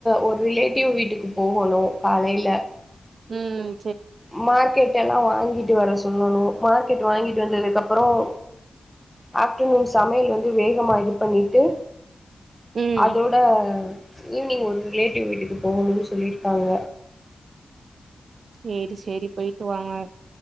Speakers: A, in the centre; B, on the right.
A: ஒரு ரிலேட்டிவ் வீட்டுக்கு போகணும் காலையில
B: உம்
A: மார்க்கெட் எல்லாம் வா வாங்கிட்டு வர சொல்லணும் மார்க்கெட் வாங்கிட்டு வந்ததுக்கு அப்புறம் ஆஃப்டர்நூன் சமையல் வந்து வேகமா இது பண்ணிட்டு
B: ம்
A: அதோட ஈவினிங் ஒரு ரிலேட்டிவ் வீட்டுக்கு போகணும்னு சொல்லிருக்காங்க
B: சேரி சேரி போயிட்டு வாங்க